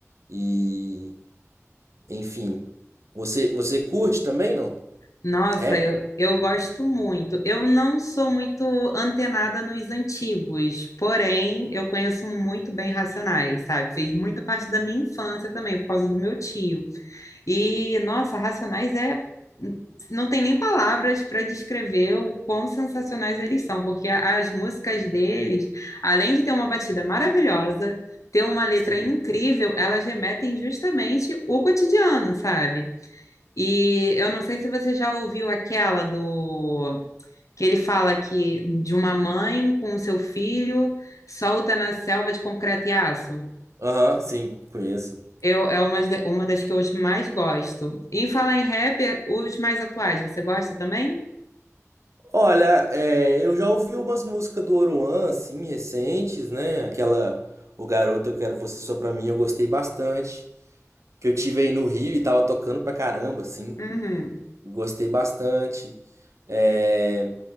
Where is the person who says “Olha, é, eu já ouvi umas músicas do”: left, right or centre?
Right